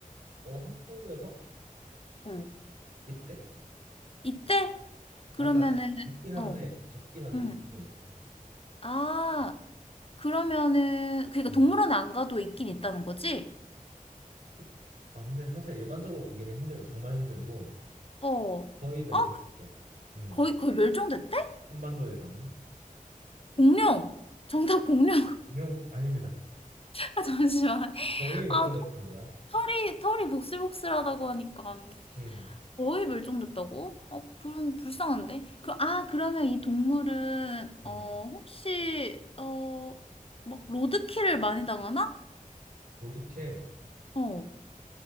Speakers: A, on the right; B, on the left.
A: 어 한국에서
B: 어.
A: 있대
B: 이때? 그러면은
A: 아 그러니까 적긴 한데
B: 어.
A: 적긴 한데
B: 응.
A: 있긴 있어
B: 아, 그러면은 그러니까
A: 음.
B: 동물원 안 가도 있긴 있다는 거지?
A: 그- 아, 근데 사실 일반적으로 보기는 힘들고, 정말 힘들고,
B: 어.
A: 거의 멸종됐대.
B: 아,
A: 음,
B: 거의 거의 멸종됐대?
A: 한반도에서는.
B: 공룡. 정답 공룡. <laughs>
A: 인용, 아닙니다.
B: 아 잠시만.
A: 거의 멸종됐습니다.
B: 아 털이 털이 복슬복슬하다고 하니까
A: 음,
B: 거의 멸종됐다고? 어, 그럼 불쌍한데. 그, 아, 그러면 이 동물은
A: 음.
B: 어 혹시 어 막 로드킬을 많이 당하나?
A: 로드킬.
B: 어.